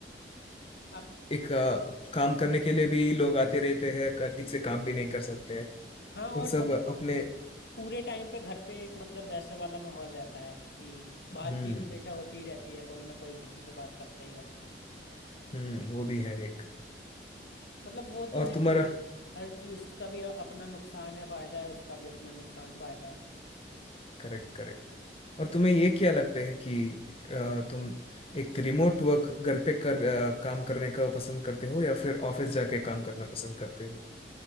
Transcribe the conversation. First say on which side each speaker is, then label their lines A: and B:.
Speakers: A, on the left; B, on the left.
A: अब
B: एक अ, काम करने के लिए भी लोग आते रहते हैं क- ठीक से काम भी नहीं कर सकते हैं
A: हाँ और
B: वो सब
A: मतलब
B: अपने
A: पूरे टाइम पे घर पे एक मतलब वैसे वाला माहौल रहता है कि बातचीत
B: हम्म
A: हमेशा होती ही रहती है कोई ना कोई किसी से बात करता ही रहता है
B: हम्म वो भी है एक
A: मतलब वो तो
B: और
A: है ही
B: तुम्हारा
A: कि हर चीज उसका भी अपना नुकसान है फायदा है उसका भी अपना नुकसान फायदा है
B: Correct correct और तुम्हें ये क्या लगता है कि अ, तुम एक रिमोट वर्क घर पे कर अ, काम करने का पसंद करते हो या फिर ऑफिस जाके काम करना पसंद करते हो